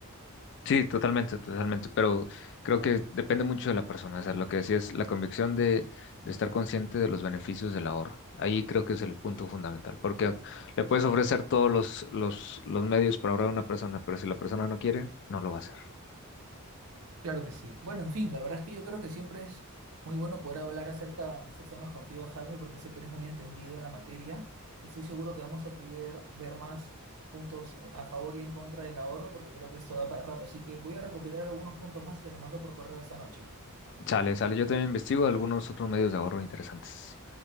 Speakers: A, on the left; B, on the right.
A: Sí, totalmente, totalmente, pero creo que depende mucho de la persona, o sea, lo que decía es la convicción de, de estar consciente de los beneficios del ahorro. Ahí creo que es el punto fundamental, porque le puedes ofrecer todos los, los, los medios para ahorrar a una persona, pero si la persona no quiere, no lo va a hacer.
B: Claro que sí. Bueno, en fin, la verdad es que yo creo que siempre es muy bueno poder hablar acerca de estos temas contigo, Jaime, porque sé que eres muy entendido en la materia y estoy seguro que vamos a poder ver más puntos eh, a favor y en contra del ahorro, porque creo que esto da para rato. Así que voy a recopilar algunos puntos más y te los mando por correo esta noche.
A: Sale, sale, yo también investigo algunos otros medios de ahorro interesantes.